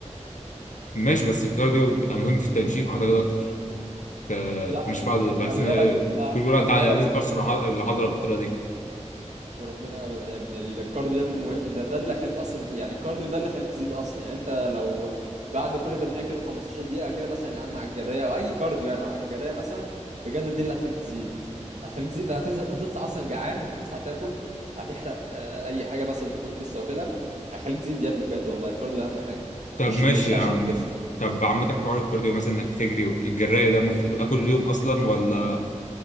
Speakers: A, on the left; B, on the right.
A: ماشي بس الكارديو بيبقى مهم في التنشيف اعتقد اكتر ت-
B: لا
A: مش
B: خلي
A: فاضي بس
B: خلي
A: إن-
B: بالك لا
A: كل بيقولوا
B: خلي
A: انت لازم
B: بالك
A: تعصر الع- العضله بالطريقه دي
B: وربنا ابدا يا ابني الكارديو يا ابني مه... ده ده اللي خليك اصلا يعني الكارديو ده اللي خليك تزيد اصلا يعني انت لو بعد كل تمرينه كده 15 دقيقه كده مثلا يا عم على الجريه او اي كارديو يعني على الجريه مثلا بجد دي اللي هتخليك تزيد هتخليك تزيد هتنزل هتطلع اصلا جعان هتطلع تاكل هتحرق آه، اي حاجه مثلا انت كنت لسه واكلها هيخليك تزيد يا ابني بجد والله الكارديو اهم حاجه
A: طب
B: مش
A: ماشي
B: مش
A: يا
B: عشان
A: عم
B: تخس
A: طب عامة حوار الكارديو مثلا انك بتجري والجراية ده المفروض تبقى كل يوم اصلا ولا